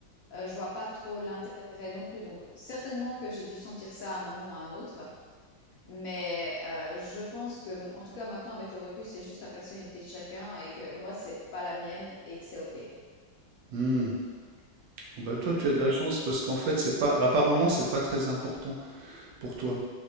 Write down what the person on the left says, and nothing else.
heu, je vois pas trop l'intérêt non plus. Donc certainement que j'ai dû sentir ça à un moment ou à un autre, mais heu, je pense que en tout cas, maintenant, avec le recul, c'est juste la personnalité de chacun et que moi, c'est pas la mienne et que c'est OK.
Donc
heu,